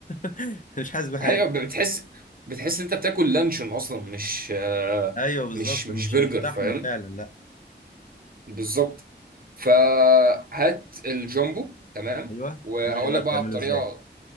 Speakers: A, on the left (about 45°); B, on the right (about 50°).
A: <laughs> مش حاسس بحاجة
B: ايوه بتحس بتحس انت بتاكل لانشون اصلا مش آه،
A: ايوه بالظبط
B: مش مش
A: مش
B: برجر
A: مش لحمة
B: فاهم
A: فعلا
B: بالظبط فهات الجامبو تمام
A: ايوه
B: وهقول
A: قول لي بقى
B: لك بقى
A: بتعمله
B: على الطريقه
A: ازاي